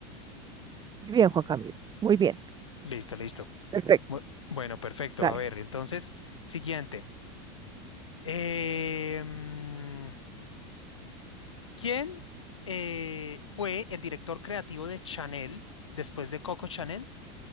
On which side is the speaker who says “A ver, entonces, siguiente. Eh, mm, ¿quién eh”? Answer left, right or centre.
Left